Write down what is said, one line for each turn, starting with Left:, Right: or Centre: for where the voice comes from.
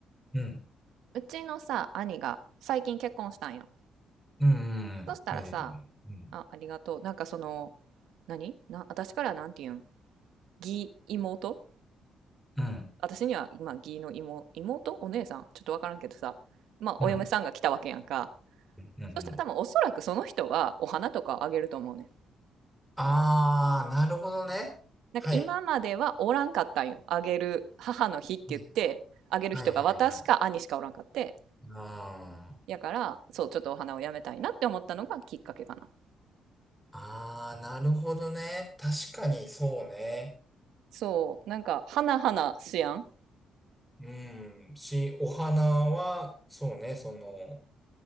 Centre: うん。
Right: うちのさ、兄が最近結婚したんよ。
Centre: うん。うんめでたいね。
Right: そしたらさ、
Centre: うん。
Right: あ、ありがとう。なんかその、何な、私からなんて言うん義妹
Centre: うん。
Right: 私には今、義の妹、妹お姉さんちょっとわからんけどさ。まあ、
Centre: うん。
Right: お嫁さんが来たわけやんか。
Centre: うん。うん
Right: そしたら多分おそらくその人はお花とかをあげると思うねん。
Centre: あー、なるほどね。
Right: なんか今まではおらんかったんよ。
Centre: はい。
Right: あげる、母の日って言って、
Centre: うん
Right: あげる人が私か兄しかおらんかって。
Centre: はい、はい、はい。あー。
Right: やから、そう、ちょっとお花をやめたいなって思ったのがきっかけかな。
Centre: あー、なるほどね。確かに、そうね。
Right: そう、なんか、花々しやん。
Centre: うん。し、お花は、そうね、その、